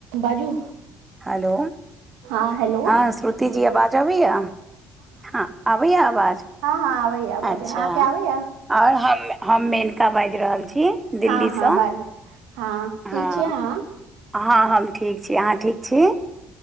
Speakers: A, on the right; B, on the right.
A: बाजू
B: हेलो
A: हँ हेलो
B: हँ श्रुति जी आवाज अबैया हँ आबैया आवाज
A: हँ हँ आबेया आबाज
B: अच्छा
A: अहाँ के आबैय
B: आओर हम हम मेनका बाजि रहल छी दिल्लीसँ
A: हँ हँ बाज हँ
B: हँ
A: ठीक छियै अहाॅं
B: हँ हम ठीक छी अहाँ ठीक छी